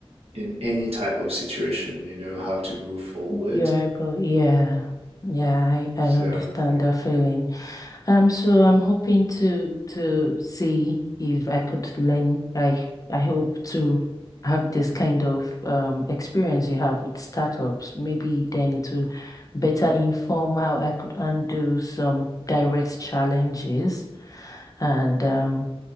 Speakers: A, on the right (about 80°); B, on the left (about 35°).
A: in any type of situation, you know how to move forward.
B: You're able, yeah, yeah, I, I
A: So
B: understand
A: y-
B: that feeling. Um, so I'm hoping to to see if I could learn. I I hope to have this kind of um experience you have with startups. Maybe then it will better inform how I could undo some direct challenges. And um,